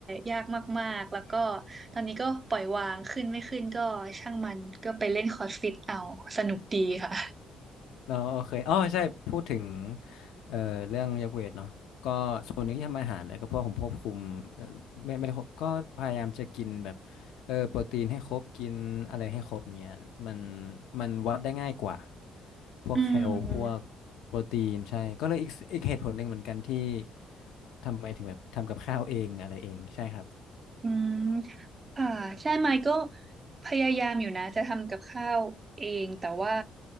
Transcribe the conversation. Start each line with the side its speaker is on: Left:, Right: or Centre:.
Right: ยากมากๆแล้วก็ตอนนี้ก็ปล่อยวางขึ้นไม่ขึ้นก็ช่างมันก็ไปเล่นคอร์สฟิตเอาสนุกดีค่ะ
Left: เนาะโอเคอ๋อใช่พูดถึงเอ่อเรื่องยกเวทเนาะก็ส่วนหนึ่งที่ทำอาหารเลยก็เพราะผมควบคุมเอ่อไม่ไม่ได้ควบก็พยายามจะกินแบบเออโปรตีนให้ครบกินอะไรให้ครบเงี้ยมันมันวัดได้ง่ายกว่าพวกแคลพวกโปรตีนใช่ก็เลยอีกอีกเหตุผลหนึ่งเหมือนกันที่
Right: อืม
Left: ทำไมถึงแบบทำกับข้าวเองอะไรเองใช่ครับ
Right: อืมค่ะใช่ไหมก็พยายามอยู่นะจะทำกับข้าวเองแต่ว่า